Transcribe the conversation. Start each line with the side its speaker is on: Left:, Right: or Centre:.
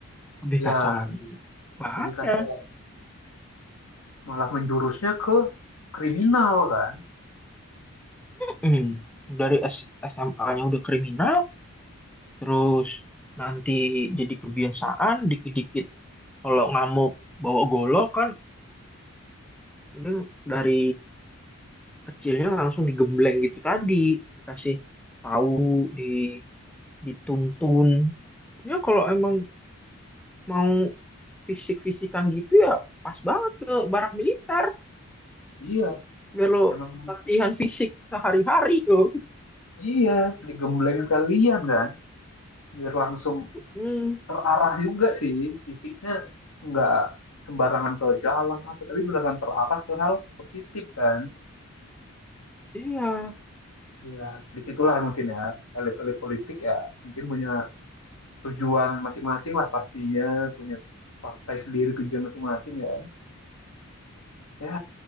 Centre: Lebih
Left: Ya,
Centre: kacau lagi. Bahaya.
Left: lebih kacau Benar. malah menjurusnya ke kriminal kan.
Centre: Hmm, dari SMA-nya udah kriminal, terus nanti jadi kebiasaan, dikit-dikit kalau ngamuk bawa golok kan, mending dari kecilnya langsung digembleng gitu tadi, dikasih tahu, di dituntun. Ya kalau emang mau fisik-fisikan gitu ya pas banget ke barak militer,
Left: Iya,
Centre: biar lo
Left: Emang
Centre: latihan fisik sehari-hari tuh.
Left: iya, digembleng sekalian kan. Biar langsung
Centre: Hmm,
Left: terarah juga sih fisiknya nggak sembarangan ke jalan apa, tapi beneran terarah ke hal positif kan.
Centre: iya,
Left: iya. Disitulah mungkin ya elit-elit politik ya mungkin punya tujuan masing-masing lah pastinya punya partai sendiri tujuan masing-masing ya ya